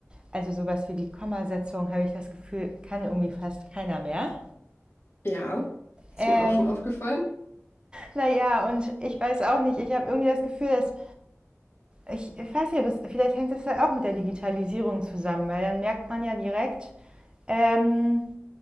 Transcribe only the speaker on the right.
Also sowas wie die Kommasetzung, habe ich das Gefühl, kann irgendwie fast keiner mehr.
Ähm,
naja, und ich weiß auch nicht, ich habe irgendwie das Gefühl, dass, ich, ich weiß nicht, vielleicht hängt das halt auch mit der Digitalisierung zusammen, weil dann merkt man ja direkt, ähm,